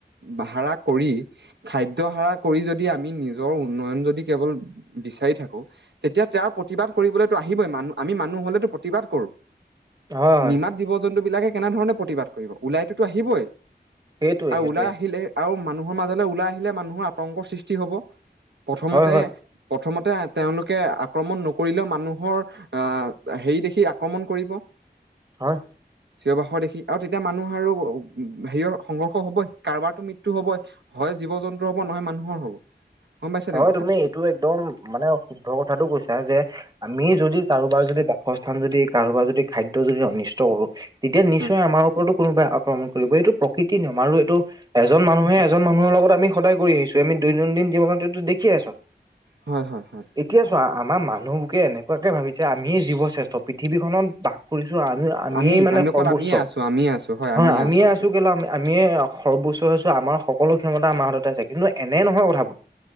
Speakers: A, on the right (about 80°); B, on the right (about 20°).
A: ভাড়া কৰি খাদ্য হাৰা কৰি, যদি আমি নিজৰ উন্নয়ন যদি কেৱল বিচাৰি থাকো। তেতিয়া তেওঁৰ প্ৰতিবাদ কৰিবলৈতো আহিবই, আমি মানুহ হলেতো প্ৰতিবাদ কৰো।
B: হয় হয়
A: নিমাত জীৱ জন্তু বিলাকে কেনেধৰণে, প্ৰতিবাদ কৰিব ওলাইটোোতো আহিবই।
B: সেইটোৱে
A: আৰু
B: সেইটোৱে
A: ওলাই আহিলে আৰু মানুহৰ মাজলৈ ওলাই আহিলে মানুহৰ আতংকৰ সৃষ্টি হ'ব। প্ৰথমতে,
B: হয় হয়
A: প্ৰথমতে, তেওঁলোকে আক্ৰমণ ন কৰিলেও মানুহৰ আহ হেৰি দেখি আক্ৰমণ কৰিব
B: হা
A: <unintelligible> দেখি। আৰু তেতিয়া মানুহ আৰু, হেৰিয়ৰ সংঘৰ্ষ হ'বই কাৰোবাৰটো মৃত্যু হ'বই হয়, জীৱ জন্তুৰ হ'ব নহয় মানুহৰ হব। গম পাইছে নাই
B: হয়
A: কথাটো
B: তুমি এইটো একদম মানে শুদ্ধ কথাটো কৈছা যে আমি যদি কাৰোবাৰ যদি বাসস্থান যদি কাৰোবাৰ যদি খাদ্য যদি অনিষ্ট কৰোঁ তেতিয়া নিশ্চয়
A: উম
B: আমাৰ ওপৰতো কোনোবাই আক্ৰমণ কৰিব, এইটো প্ৰকৃতিৰ নিয়ম আৰু এইটো এজন মানুহে এজন মানুহৰ লগত আমি সদায় কৰি আহিছোঁ, আমি দৈনন্দিন জীৱনততো দেখি আছোঁ।
A: হয় হয় হয়।
B: এতিয়া চোৱা আমাৰ মানুহবোকে এনেকুৱাকৈ ভাবিছে আমিয়ে জীৱশ্ৰেষ্ঠ পৃথিৱীখনত বা কৰিছোঁ আমি-আমিয়েই
A: আমি
B: মানে
A: আমি অকল
B: সৰ্বোচ্চ,
A: আমিয়ে আছো আমিয়ে আছো
B: হয় আমিয়ে
A: আছো অকল
B: আছোঁ কেল আ, আমিয়ে সৰ্বোচ্চ হৈছে আমাৰ সকলো ক্ষমতা আমাৰ হাততে আছে কিন্তু এনে নহয় কথাবোৰ